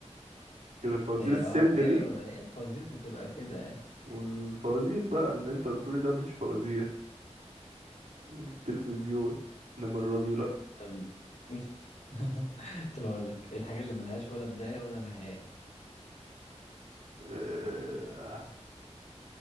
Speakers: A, on the right (about 75°); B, on the left (about 80°).
A: كده الفوازير
B: هي
A: السمجة
B: اه ما هي
A: دي
B: هي الفوازير بتبقى كده يعني.
A: والفوازير بقى اللي انت قلتولي ده مش فوازير التلفزيون انما الراديو لا
B: طب <laughs> طب اقول لك الحاجه اللي ملهاش ولا بدايه ولا نهايه
A: آه،